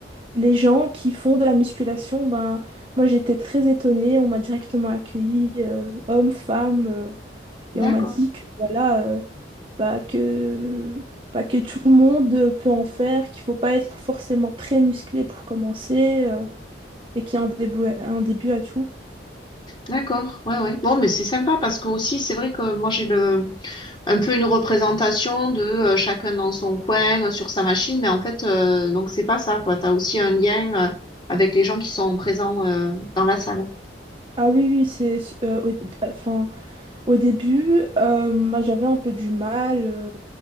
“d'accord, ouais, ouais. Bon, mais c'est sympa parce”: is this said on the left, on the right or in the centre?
Left